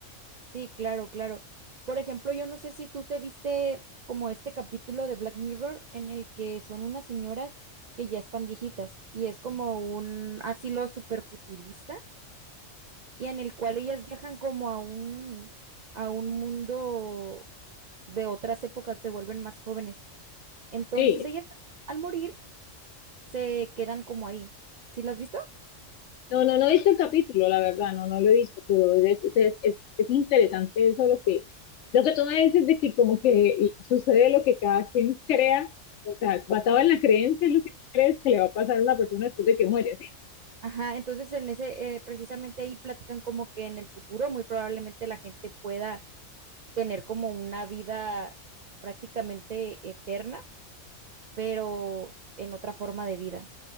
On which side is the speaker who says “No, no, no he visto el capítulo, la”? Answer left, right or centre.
Left